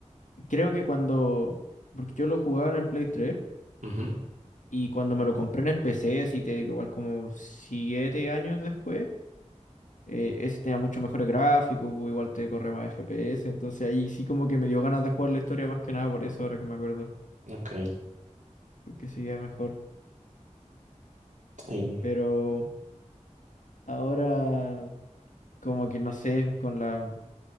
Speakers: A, on the left (about 80°); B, on the right (about 80°).
A: Creo que cuando, porque yo lo jugaba en el Play tres
B: Ujú,
A: y cuando me lo compré en el PC, así te digo, igual como siete años después. eh, ese tenía mucho mejores gráficos, pues, igual te corre más FPS, entonces ahí sí como que me dio ganas de jugar la historia más que nada por eso, ahora que me acuerdo,
B: Ok,
A: porque seguía mejor.
B: sí.
A: Pero ahora como que no sé, con la